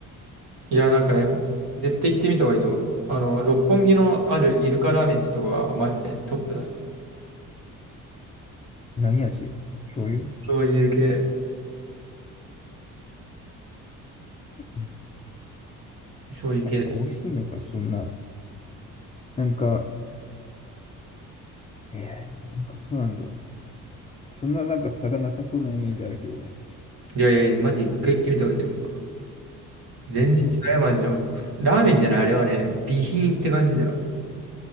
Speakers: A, on the right; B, on the left.
A: いや、なんかね、ほ絶対行ってみた方がいいと思う。あの、六本木のあるイルカラーメンってとこがマジでトップだよ。
B: 何味醤油
A: そういう系、
B: え
A: そういう系です。
B: やっぱ美味しいのか、そんな。なんか、ええ、なんかそうなんだ。そんななんか差がなさそうなイメージあるけどね。
A: いやいや、マジ一回行ってみた方がいいと思う。全然違うよ、
B: ほんと、
A: マジで。ラーメンじゃない、あれはね、美品って感じだよ。